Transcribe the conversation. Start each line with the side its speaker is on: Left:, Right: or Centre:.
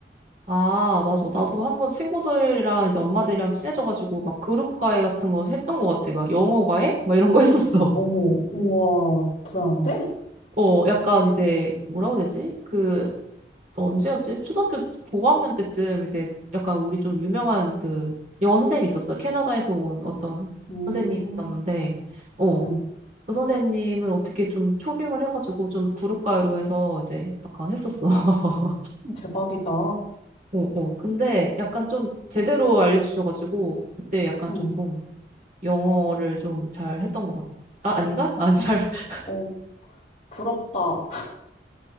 Right: 아, 맞아. 나도 한번 친구들이랑 이제 엄마들이랑 친해져가지고 막 그룹 과외 같은 거 했던 것 같아. 막 영어 과외? 막 이런 거 했었어.
Left: 어머, 우와, 대단한데?
Right: 어, 약간 이제 뭐라고 해야 되지? 그 또 언제였지? 초등학교 고학년 때쯤 이제 약간 우리 좀 유명한 그 영어 선생님이 있었어. 캐나다에서 온 어떤
Left: 음,
Right: 선생님이 있었는데, 어,
Left: 응,
Right: 그 선생님을 어떻게 좀 초빙을 해가지고 좀 그룹가요로 해서 이제 약간 했었어. <laughs>
Left: 대박이다.
Right: 어, 어. 근데 약간 좀 제대로 알려주셔가지고 그때 약간
Left: 응,
Right: 조금 영어를 좀 잘 했던 것 같아. 아, 아닌가? 아, 잘. <laughs>
Left: 어, 부럽다.